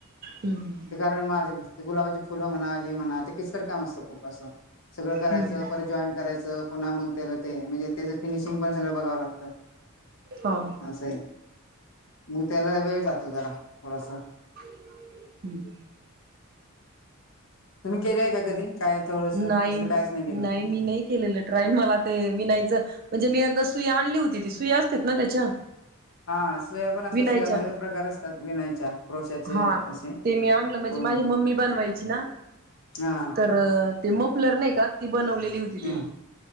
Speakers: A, on the right; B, on the left.
A: हम्म
B: ण माझे गुलाबाची फुलं म्हणा... हेच तर काम असत खूप असं सगळं करायचं
A: हम्म हम्म
B: परत जॉईन करायचं... पुन्हा मग त्या ते म्हणजे त्याचं फिनिशिंग पण सगळ बघावं लागतं.
A: हा
B: असं आहे. मग त्याला वेळ जातो जरा थोडासा...
A: हम्म हम
B: तुम्ही केलंय का कधी काय? थोडस तसलं
A: नाही
B: कायच केले
A: नाही मी नाही केलेलं ट्राय मला ते विनायच म्हणजे मी एकदा... आणली होती ती सुई असते ना त्याच्या...
B: हा सुया पण असतात
A: विनायच्या
B: सुयामध्ये पण प्रकार असतात विनायच्या... क्रोशाचे
A: हा
B: असे
A: ते मी आणल म्हणजे
B: पूर्ण
A: माझी मम्मी बनवायची ना
B: हा
A: तर ते मोपलर नाही का ती बनवलेली होती तिने
B: ह